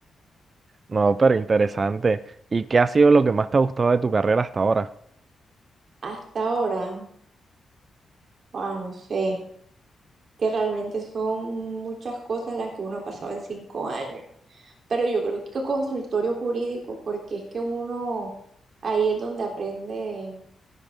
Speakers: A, on the right (about 35°); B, on the right (about 50°).
A: No, pero interesante. ¿Y qué ha sido lo que más te ha gustado de tu carrera hasta ahora?
B: Hasta ahora, ah, no sé, que realmente son muchas cosas las que uno ha pasado en cinco años. Pero yo creo que consultorio jurídico, porque es que uno ahí es donde aprende